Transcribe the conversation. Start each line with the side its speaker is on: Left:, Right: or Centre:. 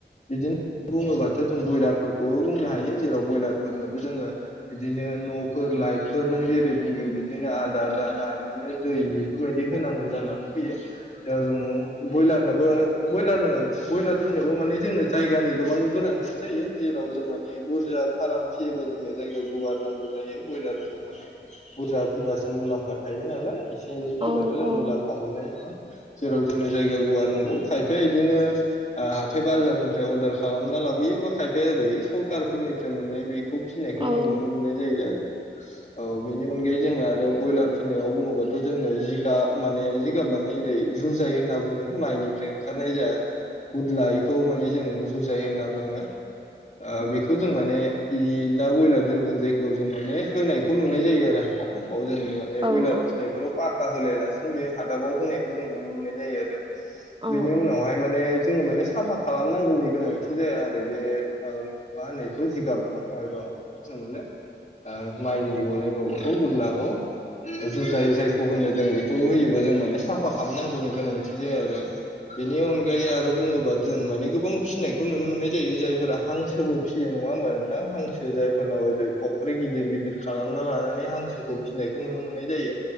Left: बिदिनो बुङो बाथ' जों ब्रयलार फोरखौबो बुंनो हायो जेराव ब्रयलार फोरनोबो जोङो बिदिनो न' फोर लाइटफोर नों जेरै बुंदों बिदिनो आदार दाना बिदिनो बेफोर बायदि होनांगौ जानानै फैयो जेराव जों बयलार नोबो बयलारनो बयलार फिनोबो माने जोंनो जायगानि गोबां गोनांथि जायो जेराव आव जों माने बुरजा फाराम फियोबा जोंनो जायगा गुवार नांगौ जायो बयलारखौ माने बुरजा फिसाजो मुलाम्फा थायो नालाय। एसे एनै फिबाथ'
Right: औ
Left: जों मुलाम्फा मोननाय नङा जेराव जोंनो जायगा गुवार नांगौ खायफाया इदिनो आ हाथाय बाजार निफ्राय अर्डार खालामना लाबोयो बा खायफाया ओरै सरखार फोरनिफ्राय मोननाय बे खौ फिनायखौ
Right: औ
Left: जों नुनो मोननाय जायो आरो औ बेनि अनगायै जों आरो बयलार फिनायाव बुङोबा जोंनो जिगाब माने जिगाब माने ओरै जुजाय होनना बुङो। माइ निफ्राय ओंखारनाय जा गुदला बेखौ माने जों जुजाय होनना बुङो ओ बेखौ जों माने इ दा बयलार दोनगोन जायगायाव जों माने होनायखौ नुनाय जायो आरो हाग बाव जों माने
Right: ओमफ्राय
Left: बयलार फिनाय फोराव पाखा होलाया लासिनो बे हादाबाव होनायखौ जों नुनो मोननाय जायो आरो। बिनि
Right: जायखौ
Left: उनावहाय
Right: होनो
Left: माने जोङो माने साफा खालामनांगौनि गोनांथि जाया आरो बे ओ मा होनो इखौ जिगाब र' मा होनो मोनलाय? ओ माइनि गनाय माबाखौ गुदलाखौ जुजाय जायखौ होनो जों बेखौ होयोबो जों माने साफा खालामनांगौनि गोनांथि जा या आरो बेनि अनगायै आरो बुङोबा जों माने गोबां फिनायखौ नुनो मोननाय जायो जायफोरा हां सोबो फियो नङा होमबा नोंथां हांसो जाय फोरनाव फख्रि गिदिर गिदिर खालामना लानानै हांसोबो फिनायखौ नुनो मोननाय जायो